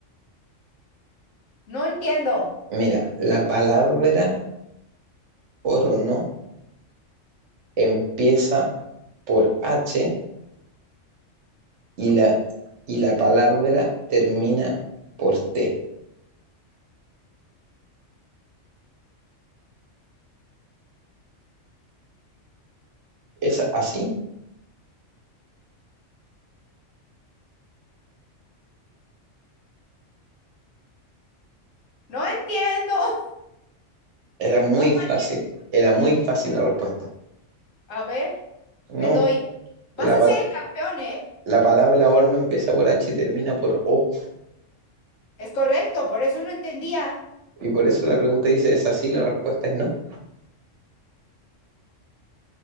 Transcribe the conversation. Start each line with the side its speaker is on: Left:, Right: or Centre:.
Left: No entiendo.
Right: Mira, la palabra horno empieza por H y la, y la palabra termina por T. ¿Es así?
Left: No entiendo. <laughs>
Right: Era muy
Left: No manches.
Right: fácil. Era muy fácil la respuesta.
Left: A ver,
Right: No,
Left: me doy. Vas
Right: la,
Left: a
Right: pa-
Left: ser el campeón, ¿eh?
Right: la palabra horno empieza por H y termina por O.
Left: Es correcto, por eso no entendía.
Right: Y por eso la pregunta dice, ¿es así? La respuesta es no.